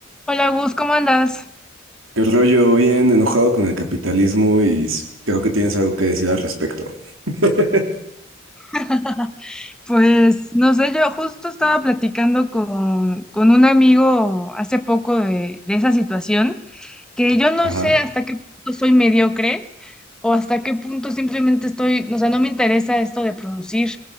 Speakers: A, in the centre; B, on the right (about 80°).
A: Hola Gus, ¿cómo andas?
B: Qué rollo, bien enojado con el capitalismo y s- creo que tienes algo que decir al respecto. <laughs>
A: <laughs> Pues no sé, yo justo estaba platicando con, con un amigo hace poco de, de esa situación, que yo no
B: Ajá.
A: sé hasta qué punto soy mediocre o hasta qué punto simplemente estoy, o sea, no me interesa esto de producir,